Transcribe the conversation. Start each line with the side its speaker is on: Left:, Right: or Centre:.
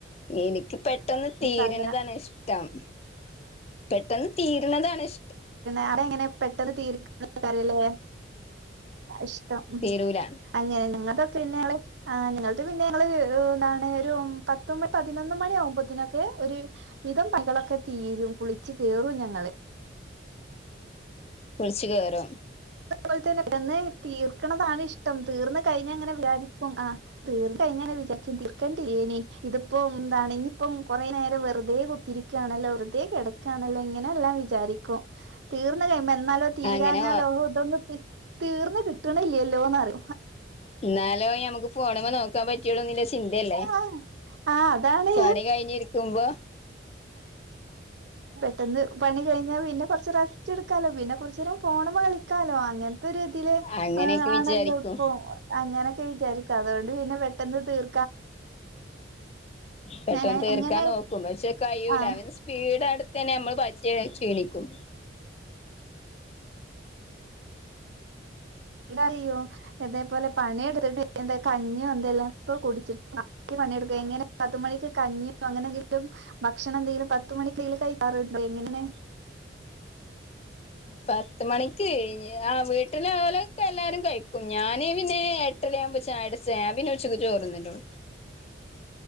Left: എനിക്ക് പെട്ടെന്ന് തീരണ്താണ്
Right: സാധന
Left: ഇഷ്ടം പെട്ടെന്ന് തീരുന്നതാണ് ഇഷ്
Right: അവിടെ എങ്ങനെ പെട്ടെന്ന് തീർ കല്ലേ ഇഷ്ടം ഉം
Left: തീരൂല
Right: അങ്ങനെ നിങ്ങൊക്കെന്നെ ങ്ങള് ആ ഞങ്ങൾക്ക് പിന്നെ ഞങ്ങള് എന്താണ് ഒരു പത്ത് പതിനൊന്ന് മണി ആകുമ്പോത്തിനൊക്കെ ഒരു വിധം പണികളൊക്കെ തീരും കുളിച്ചു കേറും ഞങ്ങള്
Left: കുളിച്ചു കേറും
Right: അത്പോലെ തന്നെ തീർക്കണതാണ് ഇഷ്ടം തീർന്ന് കഴിഞ്ഞ അങ്ങനെ വിചാരിക്കും ആ തീർ കഴിഞ്ഞ വിചാരിക്കു തീർക്കണ്ടേനി ഇതിപ്പോ എന്താണ് ഇനിപ്പം കൊറെ നേരം വെറുതെ കുത്തിരിക്കുകയാണല്ലോ വെറുതെ കിടക്കുകണല്ലോ ഇങ്ങനെ എല്ലാം വിചാരിക്കും തീർന്ന് കഴിയുമ്പം എന്നാലോ തീരാഞ്ഞാലോ
Left: അങ്ങനെ
Right: ഹോ തീർന്ന് കിട്ടണില്ലല്ലോന്നാണ്
Left: ഇന്നാലോ ഞമ്മുക്ക് ഫോണ് മ്മേ നോക്കാൻ പറ്റിയെനേ ചിന്തയല്ലേ
Right: ആഹ് ആഹ് അതാണ്
Left: പണി കഴിഞ്ഞിരിക്കുമ്പോ
Right: പെട്ടന്ന് പണി കഴിഞ്ഞാ പിന്നെ കുറച്ച് റസ്റ്റ് എടുക്കാലോ പിന്നെ കുറച്ച നേരം ഫോൺ മ്മെ കളിക്ക ക്കാലോ അങ്ങനെ ഇതൊ ഇതില്
Left: അങ്ങനെയൊക്കെ
Right: ഹ ആണല്ലോ
Left: വിചാരിക്കും
Right: ഇപ്പൊ അങ്ങനൊക്കെ വിചാരിക്കും അതോ ത് പിന്നെ പെട്ടെന്ന് തീർ
Left: പെട്ടെന്ന്
Right: ഞങ്ങ
Left: തീർക്കാൻ
Right: എങ്ങനെ
Left: നോക്കും പക്ഷേ കഴൂല
Right: ആഹ്
Left: അവന് സ്പീഡ് അടു തന്നെ നമ്മൾ പറ്റെ ക്ഷീണിക്കും
Right: എന്താ അറിയോ ഇതേപോലെ പണിയെടുത്തിട്ട് എന്താ കഞ്ഞിയോ എന്തെല്ലൊക്കെ കുടിച്ചിട്ട് പണിയെടുക്ക എങ്ങനെ പത്തുമണിക്ക് കഞ്ഞിയോ അങ്ങനെങ്കിലും ഭക്ഷണം എന്തെങ്കിലും പത്തുമണിക്കും കഴിക്കാറ്ണ്ടോ എങ്ങനെ
Left: പത്ത് മണിക്ക് യാ വീട്ടിലെ ഓലൊക്കെ എല്ലാരും കഴിക്കും ഞാന് പിന്നെ എട്ടരായാമ്പം ആമ്പോ ചാ കുടിച്ച പിന്നെ ഉച്ചക്ക് ചോറ് തിനല്ലേ ഉള്ളു